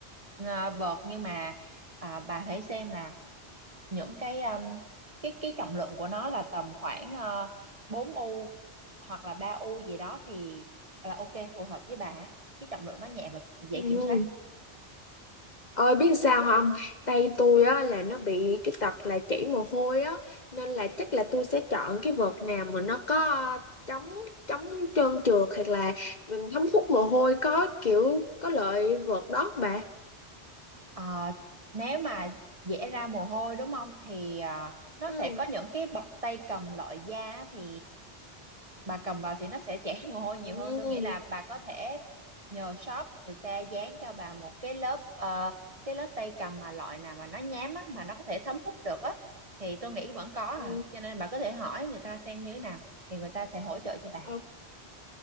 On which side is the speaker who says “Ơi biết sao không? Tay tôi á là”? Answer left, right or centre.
Left